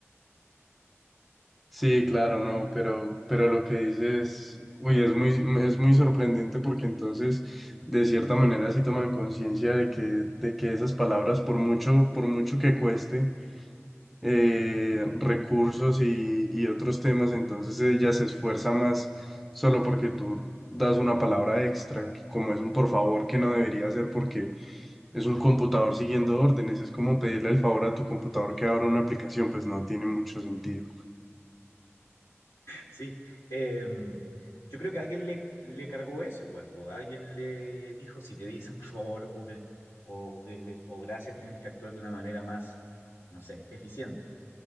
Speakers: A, in the centre; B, on the left.
A: Sí, claro, no, pero, pero lo que dices, uy, es muy, es muy sorprendente porque entonces de cierta manera sí toman conciencia de que, de que esas palabras, por mucho, por mucho que cueste, eh, recursos y, y otros temas, entonces ella se esfuerza más solo porque tú das una palabra extra, que como es un por favor que no debería hacer porque es un computador siguiendo órdenes, es como pedirle el favor a tu computador que abra una aplicación, pues no tiene mucho sentido.
B: Sí. Eh, yo creo que alguien le, le cargó eso igual, po. Alguien le dijo, si te dicen por favor o, que- o, que- o gracias, tienes que actuar de una manera más, no sé, eficiente.